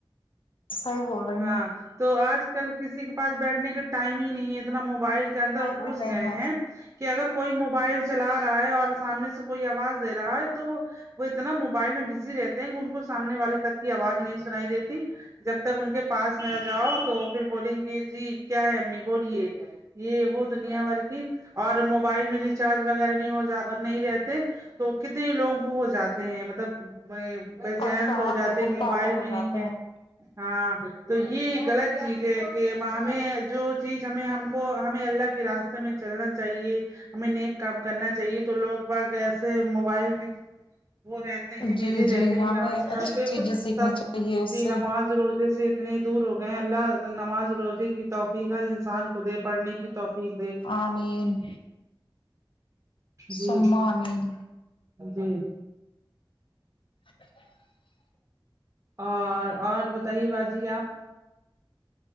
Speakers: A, on the left; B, on the right.
A: صائی بول رہی
B: ہاں
A: ہیں
B: تو آج کل کسی کے پاس بیٹھنے کا ٹائم ہی نہیں ہے اتنا موبائل کے اندر
A: ٹائم
B: گھس
A: ہی نہیں
B: گئے
A: ہے
B: ہیں کہ اگر کوئی موبائل چلا رہا ہے اور سامنے سے کوئی آواز دے رہا ہے تو وہ اتنا موبائل میں بزی رہتے ہیں کہ ان کو سامنے والے تک کی آواز نہیں سنائی دیتی جب تک ان کے پاس م نہ جاؤ تو پھر بولیں گے جی کیا ہے امی بولیے یہ وہ دنیا بھر کی اور موبائل میں ریچارج وغیرہ نہیں ہو جا نہیں رہتے تو کتنے لوگ وہ ہو جاتے ہیں مطلب ب
A: پریشان
B: چانس ہو جاتے
A: بالکل
B: کہ موبائل
A: پاگل ہو
B: میں
A: جاتے
B: نہیں
A: ہیں
B: ہے ہاں تو یہ غلط چیز ہے کہ ہمیں جو چیز ہمیں ہم کو ہمیں اللہ کی راس میں چلنا چاہیے ہمیں نیک کام کرنا چاہیے تو لوگ باگ ایسے موبائل میں وہ رہتے ہیں
A: جی
B: بزی رہتے
A: جی
B: ہیں
A: ہمیں
B: کہ آج کل
A: اچھی
B: کے
A: چیزیں سیکھنی
B: سبی
A: چاہیے اس سے
B: نماز روزے سے اتنے دور ہو گئے اللہ نماز روزے کی توفیقات انسان کو دے پڑھنے کی توفیق پھ د
A: آمین
B: جی
A: سما آمین
B: جی
A: <inaudible>
B: اور اور بتائیے باجی آپ